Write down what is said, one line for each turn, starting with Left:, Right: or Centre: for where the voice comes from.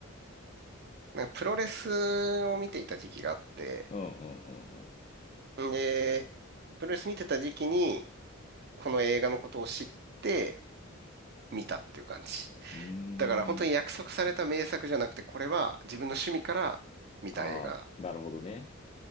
Right: なんかプロレスを見ていた時期があって、
Left: うんうんうん
Right: で、プロレス見てた時期に、この映画のことを知って見たっていう感じ。
Left: うん。う
Right: だから本当に約束された名作じゃなくて、
Left: ーん。
Right: これは自分の趣味から見た映画。
Left: ああ、なるほどね。